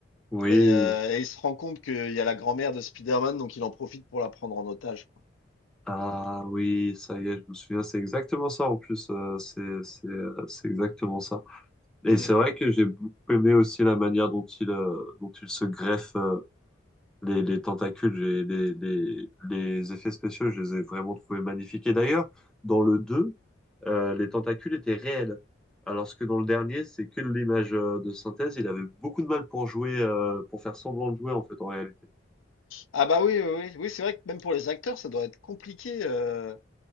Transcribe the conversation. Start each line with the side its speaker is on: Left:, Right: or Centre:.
Centre: Oui.
Left: Et, euh, et il se rend compte qu'il y a la grand-mère de Spider-Man, donc il en profite pour la prendre en otage, quoi.
Centre: Ah oui, ça y est, je me souviens, c'est exactement ça en plus, euh, c'est c'est, euh, c'est exactement ça. Et
Left: Hmm.
Centre: c'est vrai que j'ai beaucoup aimé aussi la manière dont il, euh, dont il se greffe euh, les, les tentacules. J'ai- Les, les, les effets spéciaux, je les ai vraiment trouvés magnifiques. Et d'ailleurs, dans le 2, euh, les tentacules étaient réels. Alors que dans le dernier, c'est que de l'image euh, de synthèse. Il avait beaucoup de mal pour jouer, euh, pour faire semblant de jouer en fait, en réalité.
Left: Ah bah oui, oui, oui, oui, c'est vrai que même pour les acteurs, ça doit être compliqué. euh,